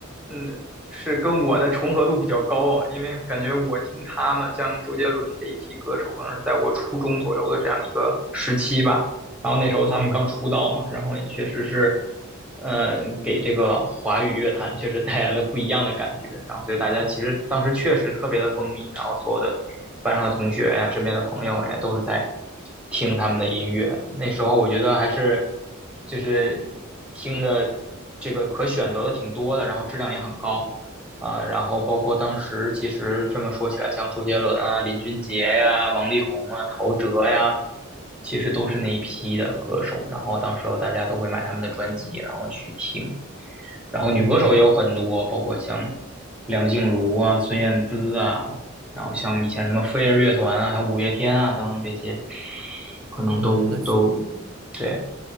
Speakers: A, in the centre; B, on the right.
A: 嗯，是跟我的重合度比较高啊，因为感觉我听他们像周杰伦这一批歌手，可能是在我初中左右的这样一个时期吧，然后那时候他们刚出道嘛，
B: 嗯
A: 然后也确实是，嗯，给这个华语乐坛确实带来了不一样的感觉，然后所以大家其实当时确实特别的风靡，然后所有的班上的同学呀、身边的朋友呀，都是在听他们的音乐。那时候我觉得还是就是听的这个可选择的挺多的，然后质量也很高啊、然后包括当时其实这么说起来，像周杰伦啊、林俊杰呀、王力宏啊、陶喆呀，其实都是那一批的歌手。然后当时候大家都会买他们的专辑，然后去听。然后女歌手也有很多，
B: 嗯
A: 包括像梁静茹啊、孙燕姿啊，然后像以前什么飞儿乐团啊，还有五月天啊等等这些，可能都都
B: 嗯，那其
A: 对，